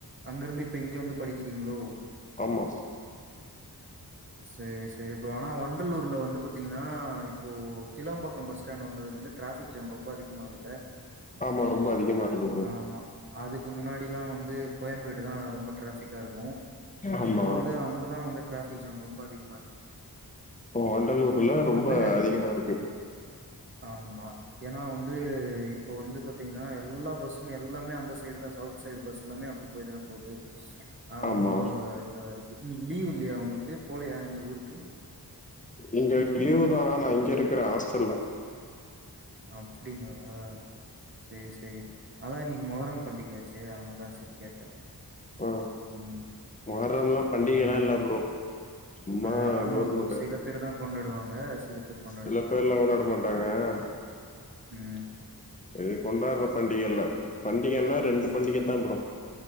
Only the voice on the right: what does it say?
அங்கிருந்து இப்ப இங்க வந்து படிக்கிறீங்களோ
சேரி சேரி ப்ரோ ஆனா வண்டலூர்ல வந்து பாத்தீங்கன்னா இப்போ கிளாம்பாக்கம் பஸ்ஸ்டாண்ட் வந்ததுல இருந்து டிராபிக் ஜாம் ரொம்ப அதிகமாகுதில்ல
ஆமா அதுக்கு முன்னாடி எல்லாம் வந்து கோயம்பேடு தான் ரொம்ப டிராபிக் ப்பிடா இருக்கும்
இப்ப வந்து அங்கதான் வந்து டிராபிக் ஜாம் ரொம்ப அதிகமா இருக்கு
இப்போ
வந்து
ஆமா ஏன்னா வந்து இப்போ வந்து பாத்தீங்கன்னா எல்லா பஸ்ஸும் எல்லாமே அந்த சைடு தான் சவுத் சைடு பஸ்லாமே அப்ப போய தானே போகுது அதனால
ரொம்ப இதுவா இருக்கு இன்னிக்கு லீவ் இல்லையா உங்க போலையா நீங்க ஊருக்கு
அப்பிடிங்களா செரி செரி அதான் இன்னிக்கு மொகரம் பண்டிகை செரி அவதான் செரி கேட்டே
ம்
அதா ஒரு
அ ஆமா
ப்ரோ சில பேர் தா கொண்டாடுவாங்க சில பேர் கொண்டாட
மாட்டாங்க
ம்